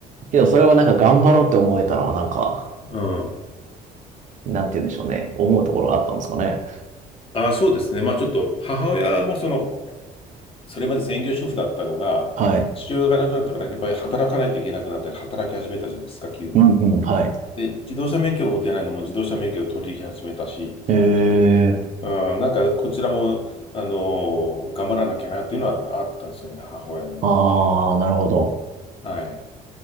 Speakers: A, on the right; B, on the left.
A: けどそれをなんか頑張ろうって思えたのはなんか、
B: うん。
A: なんて言うんでしょうね。思うところがあったんですかね。
B: ああ、そうですね。まあちょっと、母親もその、それまで専業主婦だったのが、
A: はい。
B: 父親が亡くなったから、やっぱり働かないといけなくなったり、働き始めたじゃないですか、急に。
A: うんうん、はい。
B: で、自動車免許を持ってないのも自動車免許を取り始めたしっていうことで、
A: へえ。
B: うん、なんかこちらも、あの頑張らなきゃなっていうのはあったんですよね、母親を見てて。
A: ああ、なるほど。
B: はい。